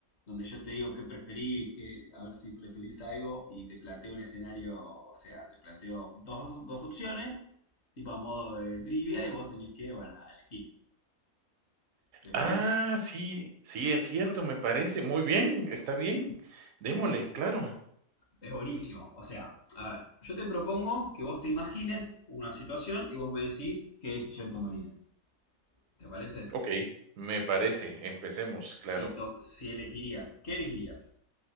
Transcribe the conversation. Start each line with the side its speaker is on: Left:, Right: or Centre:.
Left: donde yo te digo qué preferís, que a ver si preferís algo, y te planteo un escenario, o sea, te planteo dos, dos opciones, tipo a modo de trivia, y vos tenés que, bueno, nada, elegir. ¿Te parece?
Right: Ah, sí, sí, es cierto, me parece. Muy bien, está bien. Démosle, claro.
Left: Es buenísimo. O sea, a ver, yo te propongo que vos te imagines una situación y vos me decís qué decisión tomarías. ¿Te parece?
Right: Ok, me parece. Empecemos,
Left: Si,
Right: claro.
Left: to- si elegirías, ¿qué elegirías?